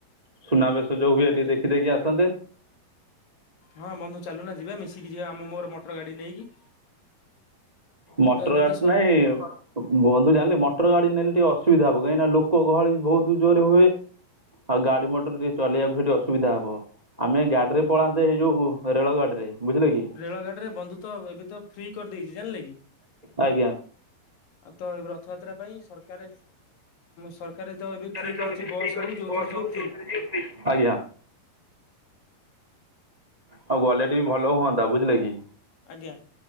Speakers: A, on the right; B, on the left.
A: ସୁନାବେଶ ଯୋଉ ହୁଏ
B: ଆଜ୍ଞା
A: ଟିକେ ଦେଖିଦେଇକି ଆସନ୍ତେ।
B: ହଁ ବନ୍ଧୁ ଚାଲୁନା ଯିବା ମିଶିକି ଯିବା ଆମ ମୋର ମୋଟର ଗାଡି ନେଇକି।
A: ମଟର
B: ତ ଏବେ
A: ଗାଡି
B: ତ ସର
A: ନାଇଁ ବନ୍ଧୁ ଜାଣିଲି ମ? ମୋଟର ଗାଡି ନେଲେ ଟିକେ ଅସୁବିଧା ହବ, କାହିଁକି ନା ଲୋକ ଗହଳି ବହୁତ ଜୋରେ ହୁଏ। ଆଉ ଗାଡି ମଟର ଟିକେ ଚଲେଇବାକୁ ସେଇଠି ଅସୁବିଧା ହବ। ଆମେ ଗାଡିରେ
B: ଆମ
A: ପଳାନ୍ତେ
B: ମୋ
A: ଏଇ ଯୋଉ ରେଳ ଗାଡି ରେ, ବୁଝିଲେ କି?
B: ରେଳ ଗାଡିରେ, ବନ୍ଧୁ ତ, ଏବେ ତ, ଫ୍ରି କରିଦେଇଛି ଜାଣିଲେ କି?
A: ଆଜ୍ଞା
B: ଆଉ ତ ଏ ରଥଯାତ୍ରା ପାଇଁ ସରକାର ସରକାର ତ ଏବେ ଫ୍ରି।
A: ବସ୍
B: କରିଛି ହଉ ଯୋଉଥିରେ ଯିବେ
A: ହଉ
B: ଫ୍ରି
A: ଯୋଉଥିରେ ଯିବେ ଫ୍ରୀ, ଆଜ୍ଞା। ଆଉ ଗଲେ ଟିକେ ଭଲ ହୁଅନ୍ତା, ବୁଝିଲେ କି?
B: ଆଜ୍ଞା।